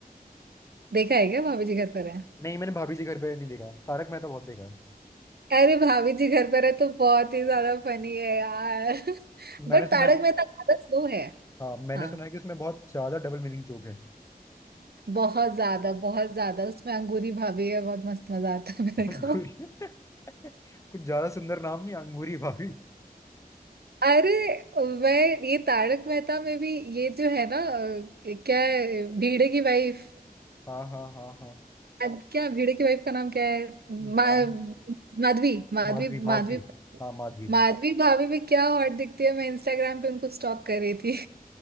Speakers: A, on the right (about 85°); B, on the left (about 20°).
A: देखा है क्या भाभी जी घर पर है
B: नहीं मैंने भाभी जी घर पे नहीं देखा तारक मेहता बहुत देखा है
A: अरे भाभी जी घर पर है तो बहुत ही ज्यादा फनी है यार <laughs>
B: मैंने
A: बट
B: सुना
A: तारक
B: है
A: मेहता ज्यादा स्लो है
B: हाँ मैंने
A: हाँ
B: सुना है कि उसमें बहुत ज्यादा डबल मीनिंग जोक है
A: बहुत ज्यादा बहुत ज्यादा उसमें अंगूरी भाभी है बहुत मस्त मजा आता है मेरे
B: अंगूरी
A: को
B: <laughs> कुछ ज्यादा सुंदर नाम नहीं अंगूरी भाभी
A: अरे मैं ये तारक मेहता में भी ये जो है ना अ, क्या है भिड़े की वाइफ
B: हाँ हाँ हाँ हाँ
A: क्या भिड़े की वाइफ का नाम क्या है मा,
B: नाम
A: माधवी माधवी
B: माधवी
A: माधवी
B: माधवी हाँ माधवी
A: माधवी भाभी भी क्या हॉट दिखती है मैं इंस्टाग्राम पे उनको स्टॉक कर रही थी